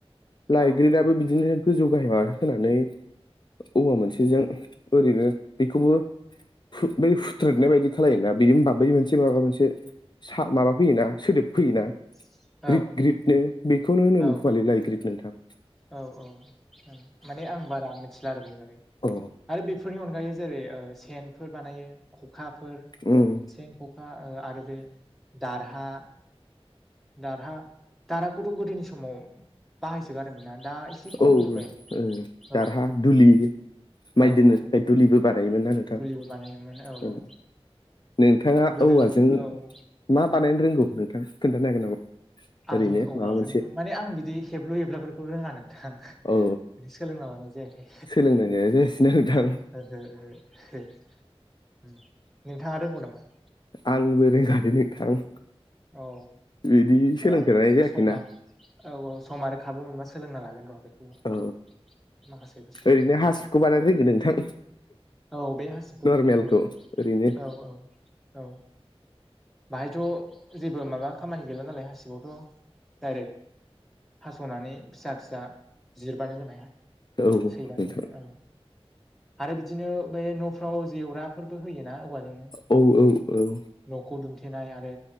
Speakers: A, on the left; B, in the centre.
A: लाइग्रिदाबो
B: औ
A: बिदिनो गोजौ गाहाय होनानै औवा मोनसेजों ओरैनो बेखौबो बै हुथ्रेदनाय बायदि खालायोना बिनि होनबा बै मोनसे माबा मोनसे। सा माबा फैयोना सोदोब फैयोना?
B: <inaudible>
A: ग्रिद ग्रिदनो बेखौनो होनोमोन
B: औ
A: खोमालै लाइ ग्रिद नोंथां।
B: औ औ ओं माने आं बारा मिथिला आरो बेनि बागै।
A: अ
B: आरो बेफोरनि अनगायै जेरै ओ सेनफोर बानायो। खखाफोर
A: उम
B: सेन ख'खा आरो बे दारहा। दारहा-दारहाखौथ' गोदोनि समाव बाहायसोगारोमोन ना दा। खम
A: औ ओ
B: नुबाय औ
A: दारहा दुलि माइ
B: औ
A: दोननो
B: औ
A: थाखाय दुलिबो बानायोमोन आरो। थां
B: दुलिबो बानायोमोन औ
A: ओ
B: औ
A: नोंथाङा
B: गोदो
A: औवाजों
B: औ
A: मा बानायनो रोंगौ नोंथां खोन्थानो हागोन नामा
B: आं
A: ओरैनो
B: औवाजोंथ'
A: माबा मोनसे।
B: माने आं बिदि हेब्लु हेब्लाफोरखौ रोङा नोंथां।
A: औ
B: सोलोंना लानाय जायाखै
A: सोलोंनाया जायासैना नोंथां
B: ओहो ओहो हो। ओम नोंथाङा रोंगौ नामा?
A: आंबो रोङालै नोंथां।
B: औ
A: बिदि सोलोंफेरनाय
B: र'
A: जायाखैना
B: समा औ औ समा रोख खाबु मोनबा सोलोंना लागोन र' बेखौबो।
A: औ
B: माखासे बुस्थुफोरखौ
A: ओरैनो
B: हेबनो
A: हासिबखौ बानायनो रोङो नोंथां
B: औ बे हासिबफोरखौ
A: नरमेलखौ
B: रोंगौनो
A: ओरैनो
B: औ औ औ बाहायथ' जेबो माबा खामानि गैला नालाय हासिबावथ' डायरेक्ट हास'नानै फिसा फिसा जिरबानो जाबाय
A: औ नोंथां
B: सैबानो जाबाय औ आरो बिदिनो बे न'फ्राव जेवराफोरबो होयोना औवाजों
A: औ औ औ
B: न'खौ दुमथेनाय आरो